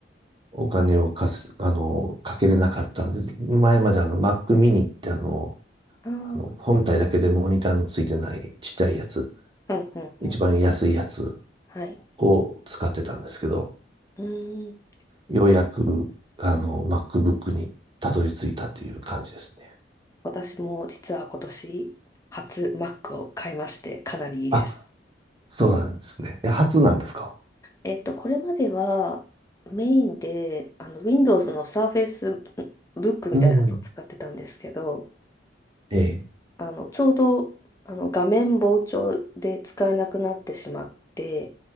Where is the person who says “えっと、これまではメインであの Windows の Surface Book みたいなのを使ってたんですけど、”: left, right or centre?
Left